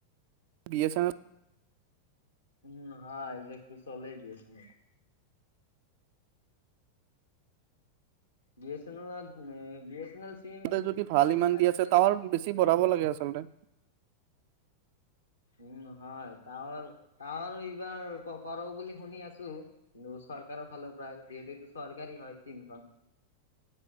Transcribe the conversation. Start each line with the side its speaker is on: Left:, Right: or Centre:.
Right: বি এছ এন এল
Left: উম হা এইিল একো চলেই দিয়ছে ন B S N L B S N L sim
Right: ততে যদি ভাল
Left: বেছিভাগ
Right: ইমান দি
Left: আপোনাৰ
Right: আছে তাৰ
Left: এই-
Right: বেছি বঢ়াব লাগে আচলতে
Left: উম হয় তাহৰ তাহৰ এইবাৰ কৰো বুলি শুনি আছো কিন্তু ওচ চৰকাৰৰ ফালৰ পৰাায় যিহেতু এইটো চৰকাৰী হয় িমখন